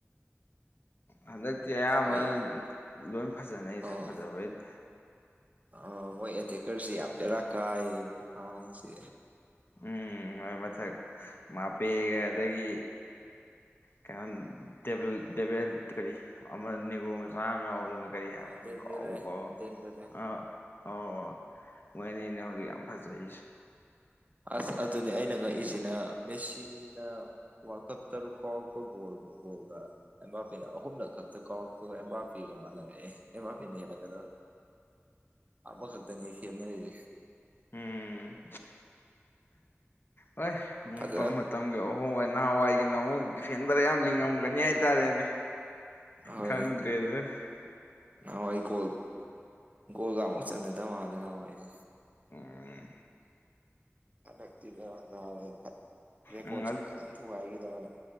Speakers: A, on the left; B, on the right.
A: ꯍꯟꯗꯛꯇꯤ ꯑꯌꯥꯝꯕꯅ
B: ꯃꯣꯏ
A: ꯂꯣꯏ ꯐꯖꯅꯩ
B: ꯑꯣ
A: ꯐꯖꯕꯩꯗꯤ
B: ꯑ ꯃꯣꯏ ꯑꯦꯇꯦꯛꯀꯔꯁꯤ ꯌꯥꯝ ꯕ‌ꯦꯔꯥ ꯀꯥꯏꯌ‌ꯦꯕ ꯐ꯭ꯔꯥꯁꯁꯤ
A: ꯎꯝ ꯍꯣꯏ ꯃꯊꯛ ꯃꯥꯄꯦ ꯑꯗꯒꯤ ꯀꯩꯅꯣ ꯗ‌ꯦꯕꯤꯜ ꯗꯦꯕꯦꯜ ꯀꯔꯤ ꯑꯃ ꯅꯦꯒ꯭ꯔꯣ ꯃꯆꯥꯝ ꯌꯥꯎꯕꯗꯨꯟ ꯀꯔꯤ ꯍꯥꯏꯕ
B: ꯑ
A: ꯃꯃꯤꯡ
B: ꯗꯦꯝꯕꯦꯂꯦ
A: ꯀꯥꯎꯕꯨ ꯀꯥꯎ
B: ꯗꯦꯝꯕꯦꯂꯦ
A: ꯑ ꯑꯣ ꯃꯣꯏꯅꯤꯅꯦ ꯍꯧꯖꯤꯛ ꯌꯥꯝ ꯐꯖꯩꯁꯦ
B: ꯑꯁ ꯑꯗꯨꯅꯦ ꯑꯩꯅ ꯉꯛꯏꯁꯤꯅ ꯃꯦꯁꯤꯅ ꯋꯥꯔꯜ ꯀꯞ ꯇꯔꯨꯛ ꯒ‌ꯣꯜ ꯒ ꯕ‌ꯣꯜꯒ ꯑꯦꯝꯕꯥꯄ‌ꯦꯅ ꯑꯍꯨꯝꯂꯛꯈꯛꯇ ꯀꯥꯎꯔꯛꯄꯒ ꯑꯦꯝ ꯕꯥꯄ‌ꯦꯒ ꯃꯥꯟꯅꯔꯛꯑꯦ ꯑ‌ꯦꯝꯕꯥꯄ‌‌ꯦꯅ ꯍꯦꯟꯅꯀꯗꯧꯔ ꯑꯈꯛꯇꯅꯤ ꯈ‌ꯦꯠꯅꯔꯤꯁ‌ꯦ
A: ꯎꯝ ꯍꯣꯏ
B: ꯐꯖ
A: ꯃꯇꯝ ꯃꯇꯝꯒꯤ ꯑꯣꯏ ꯑꯍꯣꯡ ꯍ ꯅꯍꯥꯟꯋꯥꯏꯒꯤꯅ ꯑꯃꯨꯛ ꯗꯤꯐꯦꯟꯗꯔ ꯌꯥꯝ ꯂꯤꯡꯉꯝꯒꯅꯤ ꯍꯥꯏꯇꯥꯔꯦꯅꯦ
B: ꯍꯣꯏ
A: ꯈꯪ <unintelligible>
B: ꯅꯍꯥꯟꯋꯥꯏ ꯒꯣꯜ ꯒꯣꯜꯒꯃꯨꯛ ꯆꯟꯅꯗꯕ ꯃꯥꯜꯂꯦ ꯅꯍꯥꯟꯋꯥꯏꯁꯦ
A: ꯑꯣꯝ
B: ꯍꯟꯗꯛꯇꯤꯗ <unintelligible> ꯍ‌ꯣꯔꯦꯀꯣꯔꯠꯁꯨ
A: ꯎꯝ
B: ꯐꯖꯅ ꯊꯨꯒꯥꯏꯈꯤꯗꯧꯔꯦ